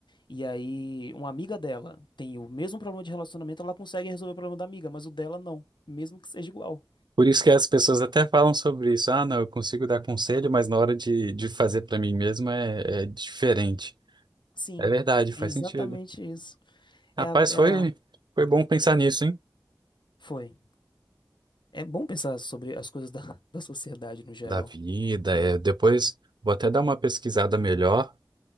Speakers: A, on the left; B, on the right.
A: e aí uma amiga dela tem o mesmo problema de relacionamento, ela consegue resolver o problema da amiga, mas o dela não, mesmo que seja igual.
B: Por isso que as pessoas até falam sobre isso. Ah, não, eu consigo dar conselho, mas na hora de, de fazer para mim mesmo é, é diferente.
A: Sim,
B: É verdade, faz
A: é exatamente
B: sentido.
A: isso.
B: Rapaz,
A: É a, é
B: foi,
A: a...
B: foi bom pensar nisso, hein?
A: Foi. É bom pensar sobre as coisas da, da sociedade no geral.
B: Da vida, é. Depois vou até dar uma pesquisada melhor